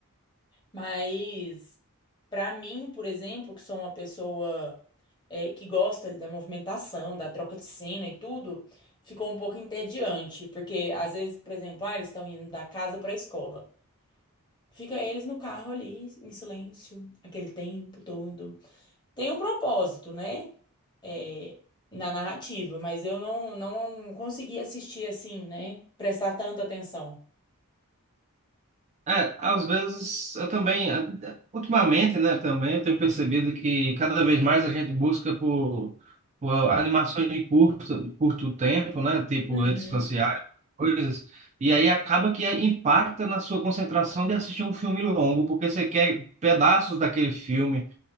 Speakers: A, on the left; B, on the right.
A: mas pra mim, por exemplo, que sou uma pessoa é, que gosta ali, da movimentação, da troca de cena e tudo, ficou um pouco entediante, porque às vezes, por exemplo, ah, eles estão indo da casa pra escola. Fica eles no carro ali, em silêncio, aquele tempo todo. Tem um propósito, né? É, na narrativa, mas eu não, não consegui assistir assim, né? Prestar tanta atenção.
B: É, às vezes eu também, eh, ultimamente, né, também eu tenho percebido que cada vez mais a gente busca por, por animações de curto, curto tempo, né, tipo
A: Uhum.
B: redes sociais, coisas, e aí acaba que impacta na sua concentração de assistir um filme longo, porque você quer pedaços daquele filme.